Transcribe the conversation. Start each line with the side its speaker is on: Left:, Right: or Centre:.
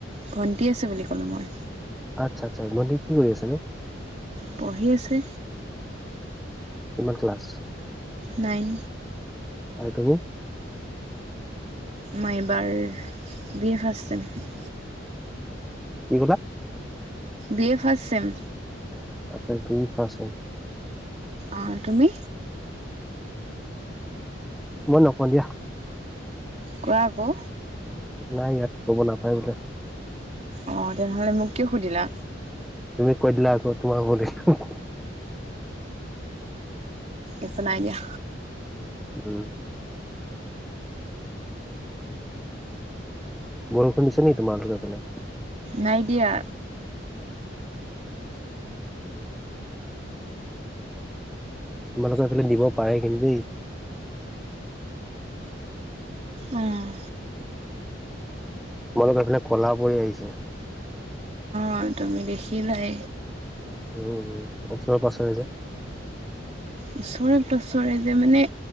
Right: ভণ্টি আছো বুলি ক'লো মই।
Centre: আচ্ছা আচ্া ভন্টি কি কৰি আছে নো?
Right: পঢ়ি আছে।
Centre: কিমান ক্লাছ?
Right: নাইন।
Centre: <unintelligible>
Right: মই এবাৰ বি এ ফাৰ্ষ্টট চেইম।
Centre: কি কলা?
Right: B A first same.
Centre: আচছা বি এ ৰ্ফাচট চেম।
Right: অ' তুমি?
Centre: মই নকওঁ দিয়া।
Right: কোৱা আকৌ।
Centre: নাই ইয়াত ক'ব নাপায় বোলে।
Right: অ' তেনেহ'লে মোক কিয় সুধিলা?
Centre: তুমি কৈ দিলা আকৌ তোমাৰ ভোল এটো।
Right: একো নাই দিয়া।
Centre: উম। বৰষুণ দিছা নে তোমালটোফাললে?
Right: নাইডিয়া।
Centre: তোমালোকে এইফালে দিব পাৰে কিন্তু দেই।
Right: অ'।
Centre: তোমালোকৰ এইফালে কলা পৰি আহিছে।
Right: অ' তুমি দেখিলাই।
Centre: উ অা পাছে যে।
Right: ওচৰে পাছৰে যে মানে